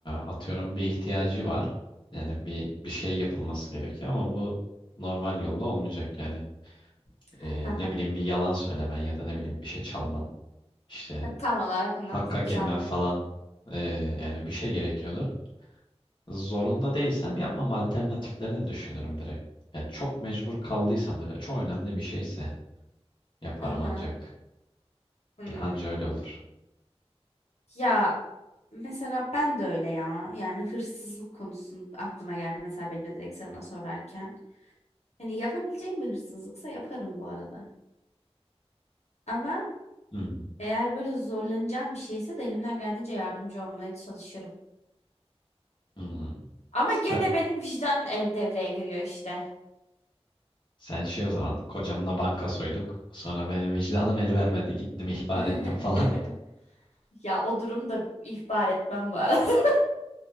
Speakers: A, on the left; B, on the left.
A: atıyorum bir ihtiyacı var. Yani bir bir şey yapılması gerekiyor ama bu normal yolla olmayacak yani.
B: <laughs>
A: Ee, ne bileyim bir yalan söylemen ya da ne bileyim bir şey çalman, işte
B: Tam olarak ondan
A: hakka
B: bahsediyorum.
A: girmen
B: Çalmak.
A: falan. Ee, yani bir şey gerekiyordur. Zorunda değilsem yapmam alternatiflerini düşünürüm direkt. Yani çok mecbur kaldıysam böyle çok önemli bir şeyse yaparım
B: Aha.
A: ancak.
B: Hmm.
A: Yani anca öyle olur.
B: Ya mesela ben de öyle ya. Yani hırsızlık konusu aklıma geldi mesela beni de direkt sana sorarken. Hani yapabileceğim bir hırsızlıksa yaparım bu arada. Ama
A: Hmm.
B: eğer böyle zorlanacağım bir şeyse de elimden geldiğince yardımcı olmaya çalışırım.
A: Hmm.
B: Ama
A: Sen,
B: gene benim vicdan el devreye giriyor işte.
A: sen şey o zaman kocamla banka soyduk. Sonra benim vicdanım el vermedi. Gittim ihbar
B: <laughs>
A: ettim falan.
B: Ya o durumda ihbar etmem bu arada.